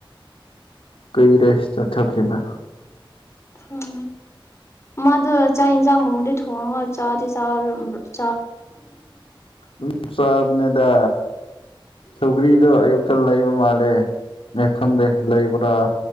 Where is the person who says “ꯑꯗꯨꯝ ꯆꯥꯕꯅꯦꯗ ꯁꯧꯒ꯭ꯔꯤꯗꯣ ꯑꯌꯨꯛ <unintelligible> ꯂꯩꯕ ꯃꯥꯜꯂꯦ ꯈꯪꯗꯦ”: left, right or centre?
Left